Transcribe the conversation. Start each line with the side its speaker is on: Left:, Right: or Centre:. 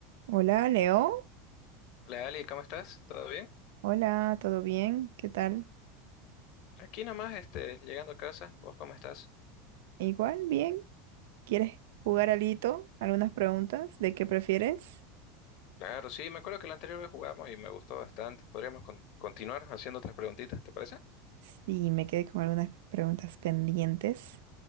Right: Hola, Leo.
Left: Hola Ali, ¿cómo estás? ¿Todo bien?
Right: Hola, ¿todo bien? ¿Qué tal?
Left: Aquí nomás, este, llegando a casa, ¿vos cómo estás?
Right: Igual, bien. ¿Quieres jugar alito? ¿Algunas preguntas? ¿De qué prefieres?
Left: Claro, sí, me acuerdo que la anterior vez jugamos y me gustó bastante. Podríamos con- continuar haciendo otras preguntitas, ¿te parece?
Right: Sí, me quedé con algunas preguntas pendientes,